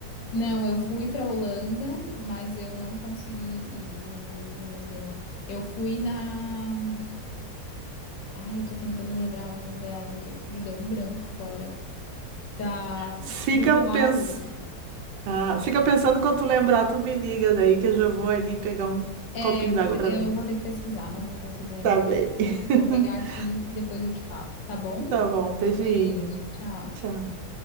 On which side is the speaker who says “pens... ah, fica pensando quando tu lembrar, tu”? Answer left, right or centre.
Right